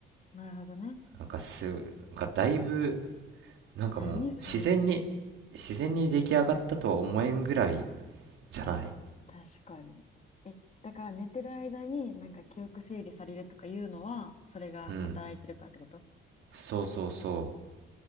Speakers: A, on the left (about 35°); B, on the right (about 80°).
A: なるほどね。
B: なんかすなんかだいぶなんかもう自然に自然に出来上がったとは思えんぐらい
A: 何それ、
B: じゃない
A: 確かに。え、だから寝てる間になんか記憶整理されるとかいうのは、それが働いてるかってこと
B: うんそうそうそう